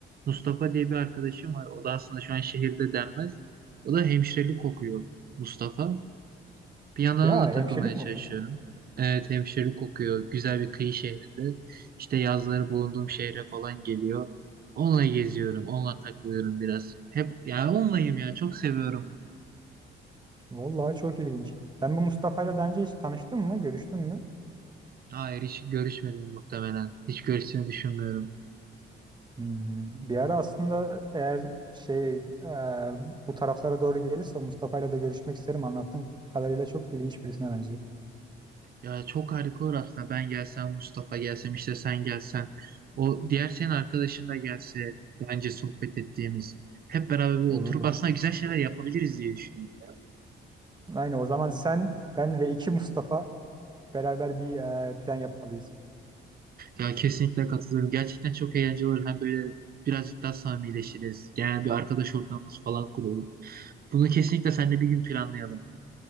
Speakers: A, on the right; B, on the right.
A: Mustafa diye bir arkadaşım var. O da aslında şu an şehirde denmez. O da hemşirelik okuyor Mustafa. Bir yandan
B: Ya
A: ona da takılmaya
B: hemşirelik
A: çalışıyorum.
B: mi okuyor?
A: Evet hemşirelik kokuyor. Güzel bir kıyı şehrinde. İşte yazları bulunduğum şehre falan geliyor. Onunla geziyorum. Onunla takılıyorum biraz. Hep yani onlayım ya. Çok seviyorum onu.
B: Vallahi çok ilginç. Ben bu Mustafa'yla daha önce hiç tanıştın mı? Görüştün mü?
A: Hayır hiç görüşmedim muhtemelen. Hiç görüşsünü düşünmüyorum.
B: Hmm, Bir ara aslında eğer şey e, bu taraflara doğru gelirse Mustafa'yla da görüşmek isterim. Anlattığım kadarıyla çok ilginç birisine benziyor.
A: Ya çok harika olur aslında. Ben gelsem, Mustafa gelsem, işte sen gelsen. O diğer senin arkadaşın da gelse. Bence sohbet ettiğimiz. Hep beraber bir
B: Olur
A: oturup
B: olur.
A: aslında güzel şeyler yapabiliriz diye düşünüyorum.
B: Aynı o zaman sen, ben ve iki Mustafa beraber bir e, plan yapmalıyız.
A: Ya kesinlikle katılıyorum. Gerçekten çok eğlenceli olur. Hem böyle birazcık daha samimileşiriz. Genel bir arkadaş ortamımız falan kurulur. Bunu kesinlikle seninle bir gün planlayalım.